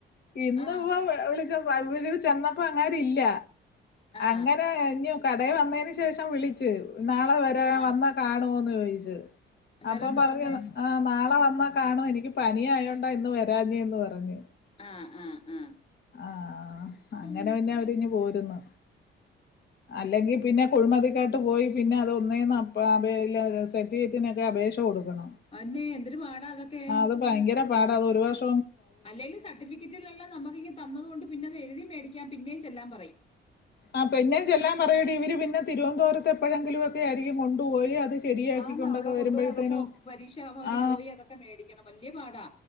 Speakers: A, on the left; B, on the left.
A: ഇന്ന്പ്പ
B: ആ
A: വിളിച്ചപ്പൊ <unintelligible> ചെന്നപ്പോ അങ്ങേരില്ല
B: ആ
A: അങ്ങനെ ഞ് കടയിൽ വന്നതിന് ശേഷം വിളിച് നാളെ വരാ
B: ആ
A: വന്നാ കാണുവോന്ന് ചോദിച്ച്
B: അന്നേരം
A: അപ്പൊ
B: എന്താ
A: പറഞ്ഞ്ന്ന്
B: പറഞ്ഞേ
A: ആ നാളെ വന്നാ കാണും എനിക്ക് പനി ആയോണ്ടാ ഇന്ന് വരാഞ്ഞേന്ന് പറഞ്ഞ്
B: ആ ആ ആ
A: ആ ആ അങ്ങനെ
B: ഉം
A: പിന്നെ അവരിഞ് പോര്ന്ന് അല്ലെങ്കിൽ പിന്നെ കുഴ്മതി ക്കാട്ട് പോയി പിന്നെ അത് ഒന്നേന്ന് അപ്പൊ അബേ ല സർട്ടിഫിക്കറ്റിനൊക്കെ അപേക്ഷ കൊടു കണം
B: അന്നെ എന്തൊരു പാടാ അതൊക്കെ
A: അത് ഭയങ്കര പാട അത് ഒരു വർഷം
B: അല്ലേല് സർട്ടിഫിക്കറ്റിലെല്ലാം നമുക്കിങ് തന്നതു കൊണ്ട് പിന്നത് എഴുതി മേടിക്കാൻ പിന്നേം ചെല്ലാൻ പറയും
A: ആ പിന്നേം ചെല്ലാൻ പറയടി ഇവര് പിന്നെ തിരുവനന്തപുരത്ത് എപ്പോഴെങ്കിലും ഒക്കെ ആയിരിക്കും കൊണ്ടുപോയി അത് ശരിയാക്കിക്കൊണ്ടൊക്കെ
B: ആന്നാ അവിടെ കൊണ്ടുപോയി
A: വരുമ്പഴത്തേനും
B: അതൊക്കെ പരീക്ഷാ ഭവനി
A: ആ
B: പോയി അതൊക്കെ മേടിക്കണം വല്ല്യ പാടാ